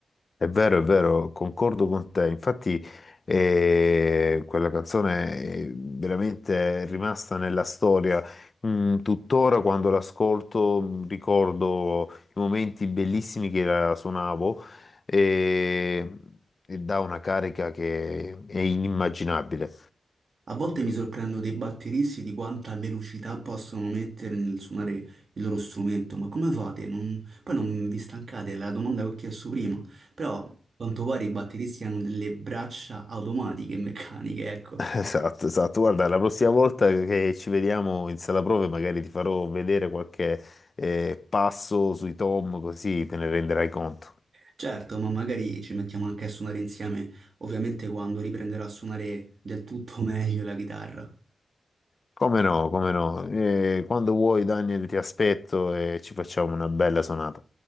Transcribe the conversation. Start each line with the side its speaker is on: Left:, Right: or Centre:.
Left: È vero, è vero, concordo con te. Infatti, eh, quella canzone è veramente rimasta nella storia. Mm, tuttora quando l'ascolto mm, ricordo i momenti bellissimi che la suonavo e, e dà una carica che è inimmaginabile.
Right: A volte mi sorprendo dei batteristi di quanta velocità possono mettere nel suonare il loro strumento, ma come fate? Non- Poi non vi stancate, è la domanda che ho chiesto prima, però a quanto pare i batteristi hanno delle braccia automatiche, meccaniche, ecco.
Left: Esatto, esatto. Guarda, la prossima volta che ci vediamo in sala prove, magari ti farò vedere qualche eh, passo sui tom, così te ne renderai conto.
Right: Certo, ma magari ci mettiamo anche a suonare insieme, ovviamente quando riprenderò a suonare del tutto <laughs> meglio la chitarra.
Left: Come no, come no. Eh, quando vuoi, Daniel, ti aspetto e ci facciamo una bella sonata.